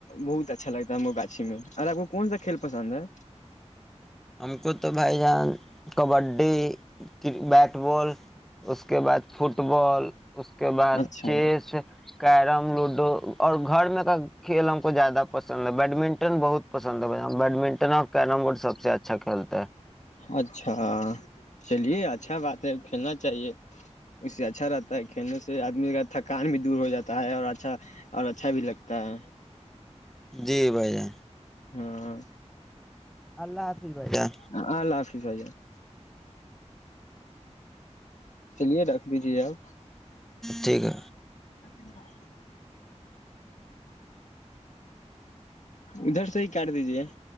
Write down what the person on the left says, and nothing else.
بہت اچھا لگتا ہے ہم کو گاچھی میں اور آپ کو کون سا کھیل پسند ہے
اچھا
اچھا چلیے اچھا بات ہے کھیلنا چاہیے اس سے اچھا رہتا ہے کھیلنے سے آدمی کا تھکان بھی دور ہو جاتا ہے اور اچھا اور اچھا بھی لگتا ہے
ہاں
ال اللہ حافظ بائیا <inaudible> چلیے رکھ دیجے آپ
<inaudible> ادھر سے ہی کاٹ دیجیے <inaudible>